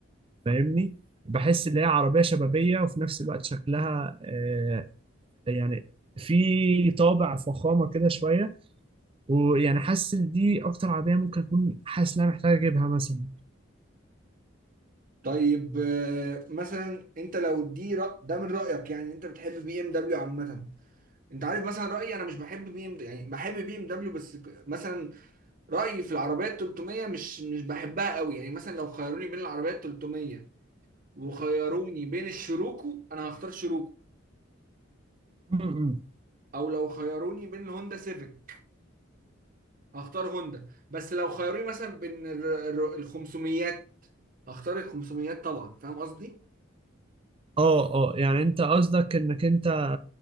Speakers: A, on the right; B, on the right.
A: فاهمني بحس إن هي عربية شبابية وفي نفس الوقت شكلها آه، يعني في طابع فخامة كده شوية ويعني حاسس إن دي أكتر عربية ممكن أكون حاسس إن أنا محتاج أجيبها مثلا
B: طيب آه، مثلا انت لو دي رأ... ده من رأيك يعني انت بتحب بي ام دبليو عامة انت عارف مثلا رايي انا مش بحب بي ام يعني بحب بي ام دبليو بس ك- مثلا رايي في العربيات 300 مش مش بحبها قوي يعني مثلا لو خيروني بين العربيات 300 وخيروني بين الشروكو انا هختار شروكو
A: م- م.
B: او لو خيروني بين الهوندا سيفيك هختار هوندا بس لو خيروني مثلا بين الر- الر- ال 500 هختار ال 500 طبعا فاهم قصدي
A: اه اه يعني انت قصدك انك انت